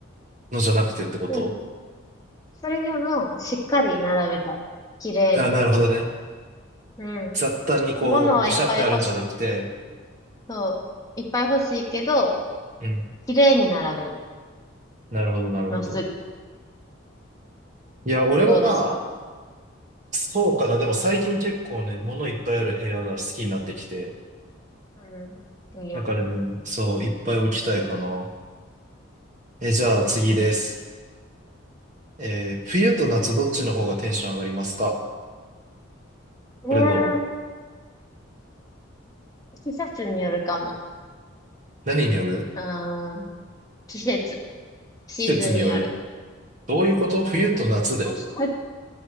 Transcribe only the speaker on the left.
うん。それでも、しっかり並べたい。綺麗に。
うん。
物はいっぱい欲しい。
そう。いっぱい欲しいけど、
綺麗に並べる。
まっすぐ。
どうですか
うん。いいやん。
うん。うー
季節によるかも。
あー季節。シーズンによる。
<laughs>